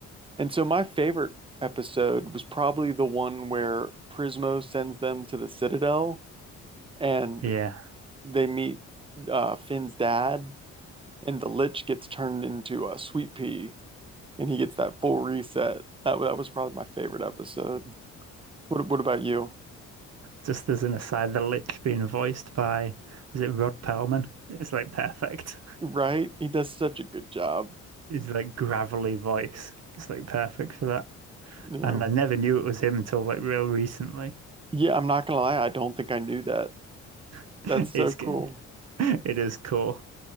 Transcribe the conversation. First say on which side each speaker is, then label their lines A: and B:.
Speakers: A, on the right (about 15°); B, on the right (about 55°).
A: And so my favorite episode was probably the one where Prismo sends them to the Citadel and
B: Yeah,
A: they meet uh, Finn's dad, and the Lich gets turned into a sweet pea, and he gets that full reset. That that was probably my favorite episode. What what about you?
B: just as an aside, the lick being voiced by, was it Rod Perlman? It's like perfect.
A: Right? He does such a good job.
B: His like gravelly voice. It's like perfect for that.
A: You know.
B: And I never knew it was him until like real recently.
A: Yeah, I'm not gonna lie, I don't think I knew that.
B: <laughs>
A: That's
B: It's
A: so cool.
B: g-
A: <laughs>
B: it is cool.